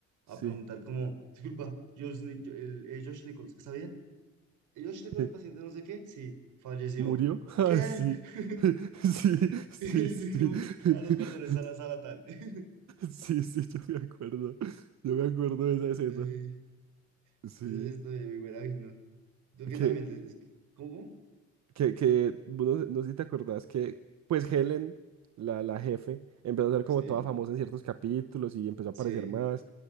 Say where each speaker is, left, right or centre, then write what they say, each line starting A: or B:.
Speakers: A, on the right; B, on the right.
A: a
B: sí.
A: preguntar como, disculpa, Josh, Ni- yo- el, eh, Josh Nichols, ¿está bien? ¿El Josh
B: <laughs>
A: Nichols, el paciente no sé qué? Sí, falleció.
B: ¿Murió? Ah,
A: ¿Qué?
B: sí.
A: <laughs>
B: <laughs> Sí, sí,
A: Y
B: sí.
A: dijo,
B: <laughs>
A: ah, no, perdón, es a la sala tal. <laughs>
B: Sí, sí, yo me acuerdo. Yo me acuerdo de esa escena.
A: Ay,
B: Sí.
A: es- es también es muy buena, ay, no. ¿Tú qué
B: Que,
A: también? es que- ¿Cómo?
B: que, que, bueno, no sé si te acordás que, pues Helen, la, la jefe, empezó a ser como
A: Sí,
B: toda famosa en ciertos capítulos y empezó a
A: sí,
B: aparecer más.